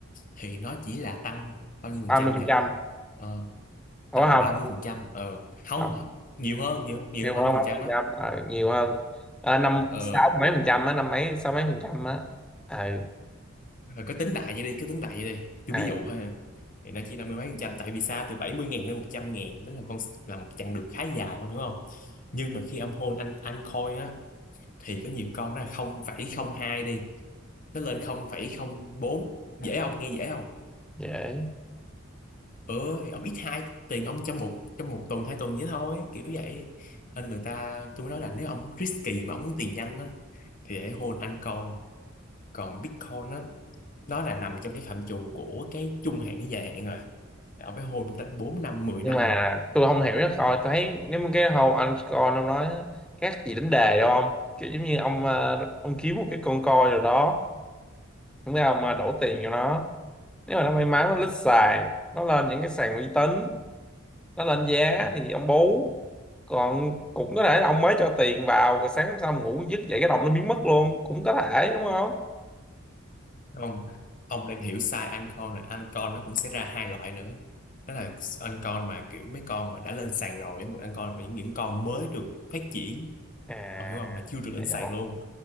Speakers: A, on the left; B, in the centre.
A: thì nó chỉ là tăng bao nhiêu phần
B: ba
A: trăm
B: mươi phần
A: nhỉ
B: trăm
A: Ờ,
B: đúng
A: tầm
B: không
A: ba mươi phần trăm ờ không
B: Tầm
A: không, nhiều hơn nhiều hơn nhiều
B: nhiều
A: hơn 30
B: hơn
A: phần
B: ba
A: trăm
B: mươi phần
A: á
B: trăm ờ, nhiều hơn Ờ, năm
A: ờ
B: sáu mấy phần trăm á năm mấy sáu mấy phần trăm á ờ
A: Rồi cứ tính đại vậy đi, cứ tính đại vậy đi. Tôi
B: ờ,
A: ví dụ ha. Thì nó chỉ 50 mấy phần trăm tại vì sao từ 70 ngàn đến 100 ngàn đó là con là một chặng đường khá dài không hiểu không? Nhưng mà khi âm hôn anh anh coin á thì có nhiều con nó là không phẩy không hai đi, nó lên không không phẩy không bốn, Dễ không? Nghe dễ không?
B: dễ
A: Ừ, thì ông ít hai tiền ông trong một trong một tuần hai tuần vậy thôi, kiểu vậy. Nên người ta tôi mới nói là nếu ông risky mà ông muốn tiền nhanh á thì hãy hôn anh coin. Còn Bitcoin á nó là nằm trong cái phạm trù của cái trung hạn với dài hạn rồi ông phải hôn tận 4 năm 10
B: nhưng
A: năm
B: mà tôi không hiểu nó coi tôi thấy nếu mà cái hôm anh coi ông nói á, khác gì đánh đề đâu ông kiểu giống như ông ờ, ông kiếm một cái con coi rồi đó đúng không mà đổ tiền cho nó nếu mà nó may mắn nó lít sàn nó lên những cái sàn uy tín nó lên giá thì ông bú còn cũng có thể là ông mới cho tiền vào rồi sáng hôm sau ngủ dứt dậy cái đồng nó biến mất luôn cũng có thể đúng không
A: không ông đang hiểu sai anh con rồi anh con nó cũng sẽ ra hai loại nữa đó là anh con mà kiểu mấy con mà đã lên sàn rồi một anh con mà những, những con mới được phát triển
B: à
A: ông hiểu không là chưa được lên sàn
B: hiểu
A: luôn